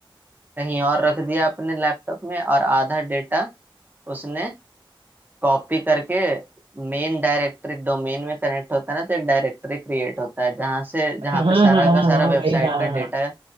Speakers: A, on the right (about 20°); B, on the right (about 90°).
A: कहीं और रख दिया अपने लैपटॉप में और आधा डेटा उसने कॉपी करके मेन डायरेक्टरी डोमेन में कनेक्ट होता है ना तो एक डायरेक्टरी क्रिएट होता है जहाँ से जहाँ
B: हाँ हाँ
A: पे सारा
B: हाँ
A: का सारा
B: हाँ
A: वेबसाइट
B: भाई हाँ
A: का डेटा
B: हाँ